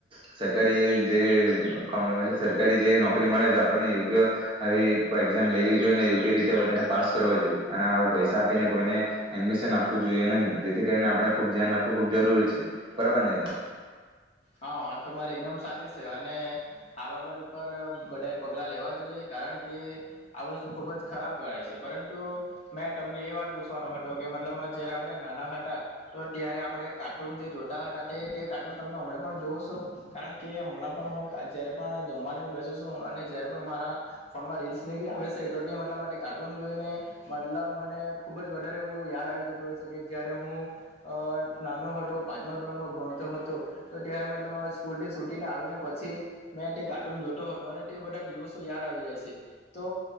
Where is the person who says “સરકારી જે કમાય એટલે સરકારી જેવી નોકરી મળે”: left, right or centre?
Right